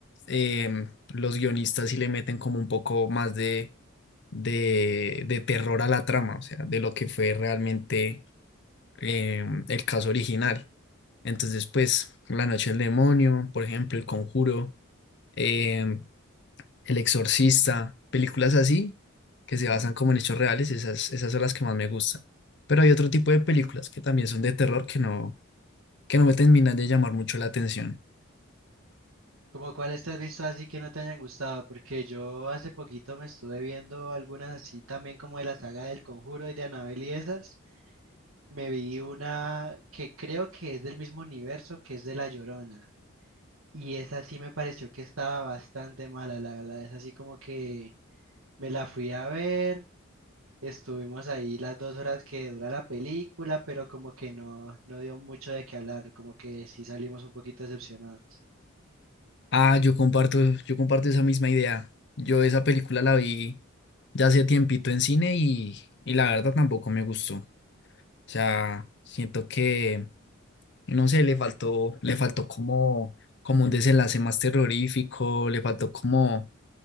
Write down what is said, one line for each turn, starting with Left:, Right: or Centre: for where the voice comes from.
Left: em, los guionistas sí le meten como un poco más de de, de terror a la trama, o sea, de lo que fue realmente eh, el caso original. Entonces, pues, La Noche del Demonio, por ejemplo, El Conjuro, eh, El Exorcista, películas así que se basan como en hechos reales, esas, esas son las que más me gustan. Pero hay otro tipo de películas que también son de terror que no, que no me terminan de llamar mucho la atención.
Right: ¿Como cuáles te has visto así que no te hayan gustado? Porque yo hace poquito me estuve viendo algunas así también como de la saga del Conjuro y de Annabelle y esas. Me vi una que creo que es del mismo universo que es de La Llorona. Y esa sí me pareció que estaba bastante mala, la verdad. Es así como que me la fui a ver. Estuvimos ahí las dos horas que dura la película, pero como que no, no dio mucho de qué hablar, como que sí salimos un poquito decepcionados.
Left: Ah, yo comparto, yo comparto esa misma idea. Yo esa película la vi ya hace tiempito en cine y, y la verdad tampoco me gustó. O sea, siento que, no sé, le faltó, le faltó como, como un desenlace más terrorífico, le faltó como,